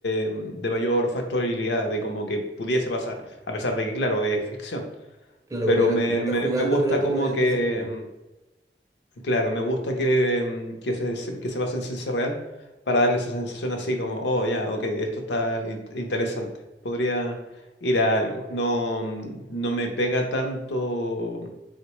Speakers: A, on the left; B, on the right.
A: eh, de mayor factibilidad, de como que pudiese pasar, a pesar de que, claro, es ficción.
B: Claro,
A: Pero
B: como que lo,
A: me,
B: lo estás
A: me,
B: jugando,
A: me gusta
B: pero tú
A: como
B: podrías
A: que
B: decir ya.
A: Claro, me gusta que, mm, que se, se- que se base en ciencia real para darle esa sensación así como, oh, ya, ok, esto está in- interesante, podría ir a algo. No, mm, no me pega tanto,